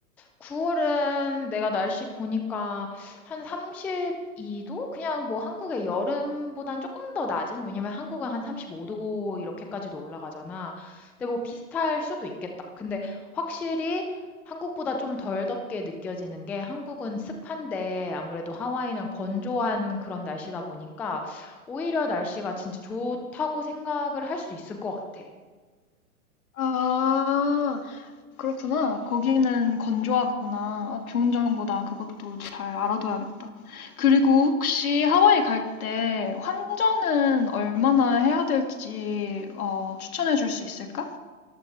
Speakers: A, in the centre; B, on the left.
A: 9월은 내가 날씨 보니까 한 32도? 그냥 뭐 한국의 여름보단 조금 더 낮은? 왜냐면 한국은 한 35도 이렇게까지도 올라가잖아. 근데 뭐 비슷할 수도 있겠다. 근데 확실히 한국보다 좀 덜 덥게 느껴지는 게 한국은 습한데 아무래도 하와이는 건조한 그런 날씨다 보니까 오히려 날씨가 진짜 좋다고 생각을 할 수 있을 것 같아.
B: 아, 그렇구나. 거기는 건조하구나. 아, 좋은 정보다. 그것도 잘 알아둬야겠다. 그리고 혹시 하와이 갈 때 환전은 얼마나 해야 될지 어, 추천해 줄 수 있을까?